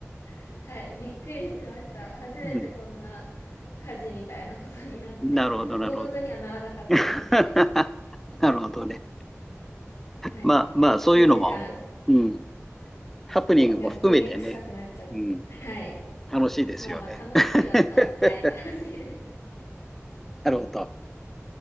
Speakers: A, on the left; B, in the centre.
A: <laughs> はい、びっくりしました。初めてこんな
B: うん。
A: 火事みたいなことになって、
B: なるほど、
A: 大事にはならなかったんですけど、
B: なるほど。<laughs> なるほどね。
A: はい、
B: まあまあ、
A: 数時間、
B: そういうのも、うん、ハプニングも含めてね、
A: こ、なんか焦げ臭くなっちゃって、
B: うん、
A: はい、
B: 楽しいですよね。
A: まあまあ楽しいは、
B: <laughs>
A: はい、楽しいです。
B: なるほど。